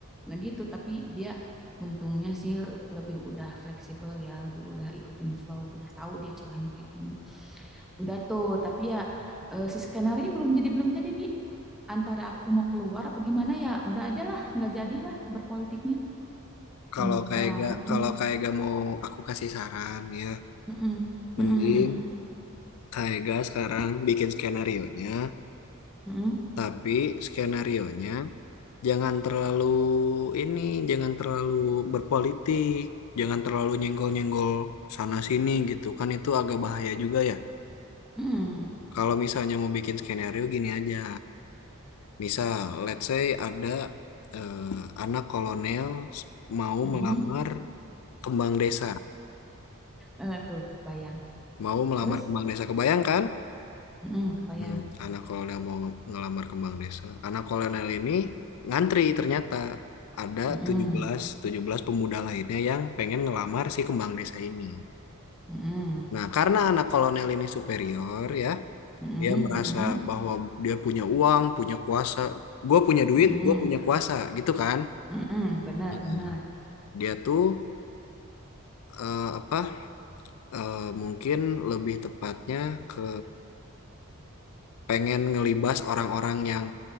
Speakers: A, in the centre; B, on the left (about 75°).
A: nah gitu tapi dia untungnya sih lebih udah fleksibel ya lebih udah ikutin flow udah tahu dia celahnya kayak gimana udah tuh tapi ya eh, si skenario belum jadi belum jadi nih antara aku mau keluar apa gimana ya udah aja lah nggak jadilah berpolitiknya
B: Kalau
A: bener
B: kayak
A: banget
B: gak kalau
A: nih
B: kayak gak mau aku kasih saran ya,
A: Mm-mm,
B: mending
A: mm-mm,
B: kayak gak sekarang bikin skenario nya,
A: mm-mm, mm-mm,
B: tapi skenario nya Jangan terlalu ini, jangan terlalu berpolitik, jangan terlalu nyenggol-nyenggol sana sini gitu. Kan itu agak bahaya juga ya.
A: mm-mm,
B: Kalau misalnya mau bikin skenario gini aja. Misal, let's say ada eh, anak kolonel s- mau
A: mm-mm.
B: melamar kembang desa,
A: Eh, tuh kebayang.
B: mau melamar
A: Terus,
B: kembang desa. Kebayang kan?
A: mm-mm, kebayang.
B: Hmm, anak kolonel mau ngelamar kembang desa. Anak kolonel ini ngantri ternyata ada
A: Mm-mm,
B: tujuh belas tujuh belas pemuda lainnya yang pengen ngelamar si kembang desa ini.
A: mm-mm,
B: Nah, karena anak kolonel ini superior ya,
A: mm-mm,
B: dia merasa
A: mm-mm,
B: bahwa dia punya uang, punya kuasa. Gue punya duit,
A: mm-mm,
B: gue punya kuasa, gitu kan?
A: mm-mm. Benar,
B: Nah,
A: benar.
B: dia tuh eh, apa? eh, mungkin lebih tepatnya ke pengen ngelibas orang-orang yang